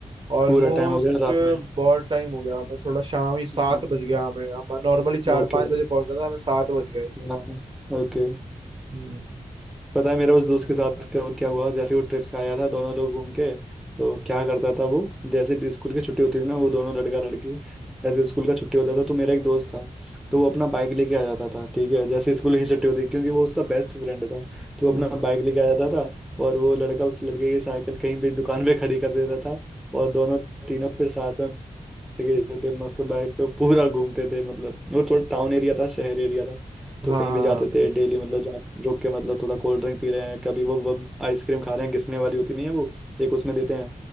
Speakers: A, on the right; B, in the centre.
A: ऑलमोस्ट
B: पूरा टाइम हो गया रात में
A: बहुत टाइम हो गया हमें थोड़ा शाम ही सात
B: हम्म,
A: बज गया हमें हम नॉर्मली चार
B: ओके
A: पाँच बजे पहुंचता था हमें सात बज
B: हाँ ओके
A: गए
B: पता है मेरा उस दोस्त के साथ कब क्या हुआ जैसे वो ट्रिप से आया था दोनों लोग घूम के तो क्या करता था वो जैसे स्कूल की छुट्टी होती थी ना वो दोनों लड़का लड़की जैसे स्कूल का छुट्टी होता था तो मेरा एक दोस्त था तो वो अपना बाइक लेके आ जाता था ठीक है जैसे स्कूल की छुट्टी होती क्योंकि वो उसका बेस्ट फ्रेंड था तो वो
A: हम्म,
B: अपना बाइक लेके आ जाता था और वो लड़का उस लड़के की साइकिल कहीं भी दुकान पे खड़ी कर देता था और दोनों तीनों फिर साथ में गए थे मस्त बाइक पे पूरा घूमते थे मतलब वो थोड़ा टाउन एरिया था शहर एरिया था तो
A: हाँ
B: कहीं भी
A: हाँ
B: जाते थे डेली मतलब जहाँ रुक के मतलब थोड़ा कोल्ड ड्रिंक पी रहे हैं कभी वो, वो आइसक्रीम खा रहे हैं घिसने वाली होती नहीं है वो एक उसमें देते हैं